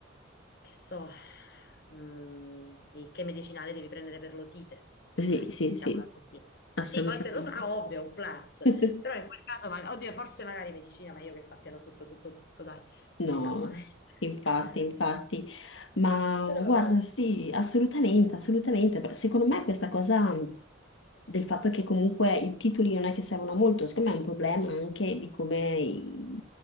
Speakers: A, on the left; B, on the left.
A: che so, mh, di che medicinale devi prendere per l'otite.
B: sì,
A: Dai,
B: sì,
A: mettiamola
B: sì,
A: così.
B: assolutamente.
A: Sì, poi se lo sa, ovvio, un plus.
B: <laughs>
A: Però in quel caso, ma- oddio, forse magari medicina, ma io che sappiano tutto, tutto, tutto, dai, non
B: No,
A: si sa mai.
B: infatti,
A: <laughs>
B: infatti, ma
A: Però,
B: guarda, sì, assolutamente, assolutamente. Però Secondo me questa cosa mh, del fatto che comunque i titoli non è che servono a molto, secondo me è un problema anche di come i-